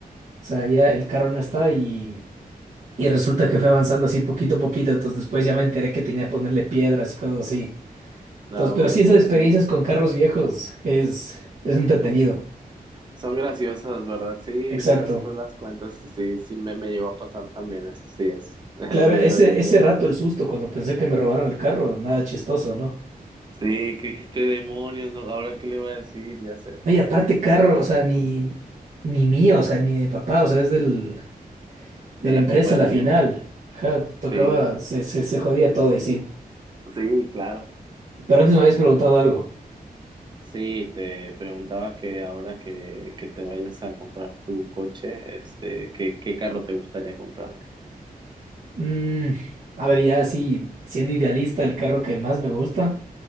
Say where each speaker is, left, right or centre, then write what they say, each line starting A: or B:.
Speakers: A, on the right (about 55°); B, on the right (about 30°).
A: O sea, ya el carro no está y, y resulta que fue avanzando así poquito a poquito, entonces después ya me enteré que tenía que ponerle piedras y cosas así. Entonces,
B: No,
A: pero
B: pues
A: sí, esas experiencias
B: sí.
A: con carros viejos es, es entretenido.
B: Son graciosas, ¿verdad? Sí,
A: Exacto.
B: ya después las cuentas, sí, sí me, me llegó a pasar también, eso sí es, <laughs> es
A: Claro,
B: muy
A: ese,
B: gracioso.
A: ese rato el susto cuando pensé que me robaron el carro, nada chistoso, ¿no?
B: Sí, que dijiste demonios, ¿no? Ahora qué le voy a decir, ya sé.
A: Oye, aparte
B: Sí, sí,
A: carro,
B: creo.
A: o sea, ni, ni mío, o sea, ni de papá, o sea, es del,
B: De
A: de la
B: la
A: empresa
B: compañía.
A: la final. Ajá, tocaba,
B: Sí,
A: se, se, se jodía todo y sí.
B: sí, claro.
A: Pero antes me habías preguntado algo.
B: Sí, te preguntaba que ahora que, que te vayas a comprar tu coche, este, ¿qué, qué carro te gustaría comprarte?
A: Mm, a ver, ya así, siendo idealista, el carro que más me gusta,